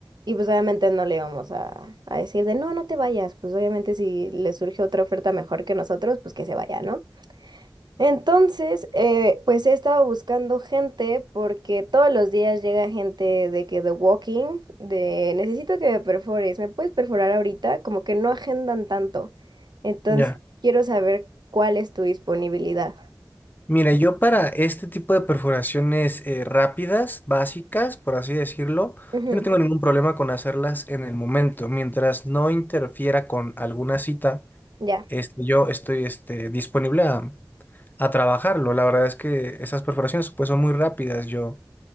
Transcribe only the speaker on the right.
y pues obviamente no le íbamos a, a decir de no, no te vayas. Pues obviamente si le surge otra oferta mejor que nosotros, pues que se vaya, ¿no? Entonces, eh, pues he estado buscando gente porque todos los días llega gente de que The Walking, de necesito que me perfores, ¿me puedes perforar ahorita? Como que no agendan tanto. Entonces,
quiero saber cuál es tu disponibilidad.
Ujú,
Ya.